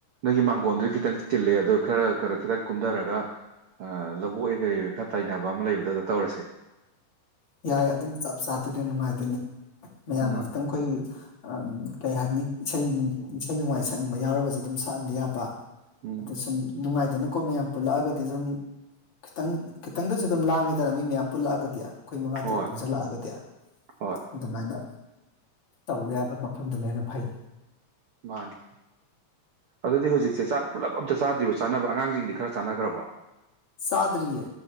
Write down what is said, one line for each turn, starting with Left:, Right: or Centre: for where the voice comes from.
Right: ꯅꯣꯏꯒꯤ ꯃꯥꯡꯒꯣꯟꯗꯨ ꯈꯤꯇꯪ ꯇꯤꯜꯂꯦ ꯑꯗꯣ ꯈꯔ ꯈꯔ ꯈꯤꯇꯪ ꯀꯨꯝꯊꯔꯒ ꯑꯥ ꯂꯧꯕꯨꯛꯑꯣꯏ ꯀꯔꯤ ꯑꯣꯏ ꯈꯔ ꯇꯥꯏꯅꯕ ꯑꯃ ꯂꯩꯕꯗꯣ ꯑꯥꯗꯥ ꯇꯧꯔꯁꯦ
Left: ꯌꯥꯏ ꯑꯗꯨꯅ ꯆꯞ ꯆꯥꯗꯗꯤꯅꯦ ꯅꯨꯡꯉꯥꯏꯗꯣꯏꯅꯦ ꯃꯌꯥꯝ
Right: ꯎꯝ
Left: ꯉꯍꯥꯛꯇꯪ ꯑꯩꯈꯣꯏꯒꯤ ꯑꯡ ꯀꯩ ꯍꯥꯏꯅꯤ ꯏꯁꯩꯒꯤ ꯏꯁꯩ ꯅꯣꯡꯃꯥꯏ ꯁꯛꯅꯤꯡꯕ ꯌꯥꯎꯔꯒꯁꯨ ꯑꯗꯨꯝ ꯁꯛꯍꯟꯕ ꯌꯥꯕ
Right: ꯎꯝ
Left: ꯑꯗ ꯁꯨꯝ ꯅꯨꯡꯉꯥꯏꯗꯅꯀꯣ ꯃꯌꯥꯝ ꯄꯨꯜꯂꯛꯑꯒꯗꯤ ꯑꯗꯨꯝ ꯈꯤꯇꯪ ꯈꯤꯇꯪꯗꯁꯨ ꯑꯗꯨꯝ ꯂꯥꯡꯉꯦꯗꯅ ꯃꯤ ꯃꯌꯥꯝ ꯄꯨꯜꯂꯛꯑꯥꯒꯗꯤ ꯑꯩꯈꯣꯏ ꯃꯉꯥ
Right: ꯍꯣꯏ
Left: ꯇꯔꯨꯛ ꯄꯨꯟꯁꯤꯜꯂꯛꯑꯥꯒꯗꯤ
Right: ꯍꯣꯏ
Left: ꯑꯗꯨꯃꯥꯏꯅ ꯇꯧꯕ ꯌꯥꯕ ꯃꯐꯝꯗꯨꯅ ꯍꯦꯟꯅ ꯐꯩ
Right: ꯃꯥꯅꯤ ꯑꯗꯨꯗꯤ ꯍꯧꯖꯤꯛꯁꯦ ꯆꯥꯛ ꯄꯨꯜꯂꯞ ꯑꯝꯇꯥ ꯆꯥꯗ꯭ꯔꯤꯕꯣ ꯆꯥꯅꯕ ꯑꯉꯥꯡꯁꯤꯡꯗꯤ ꯈꯔ ꯆꯥꯅꯥꯈ꯭ꯔꯕꯣ
Left: ꯆꯥꯗ꯭ꯔꯤꯌꯦ